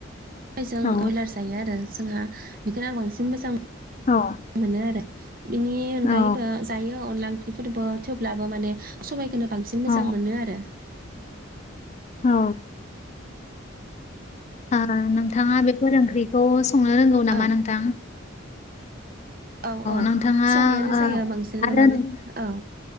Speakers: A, on the right; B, on the left.
A: सबायजों
B: औ
A: बयलार जायो आरो जोंहा बेखौनो आं बांसिन मोजां
B: औ।
A: मोनो आरो बेनि अनगायैबो
B: औ
A: जायो अनला ओंख्रिफोरबो थेवब्लाबो माने। सबायखौनो बांसिन मोजां
B: औ
A: मोनो आरो।
B: औ। ओ नोंथाङा बेफोर ओंख्रिखौ संनो रोंगौ नामा
A: औ
B: नोंथां?
A: औ औ
B: नोंथाङा
A: संनायानो
B: ओ
A: जाया बांसिनानो
B: आरो
A: माने
B: नों-
A: औ।